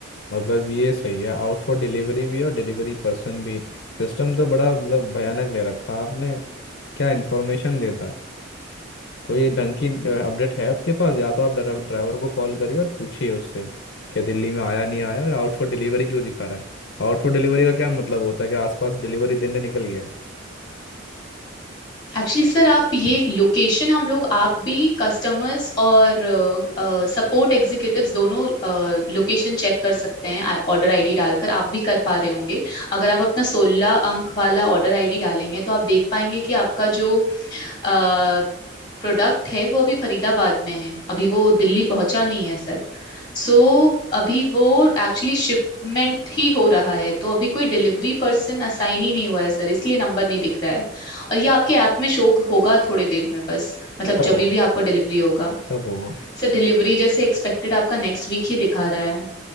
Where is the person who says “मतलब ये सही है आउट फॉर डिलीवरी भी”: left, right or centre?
Left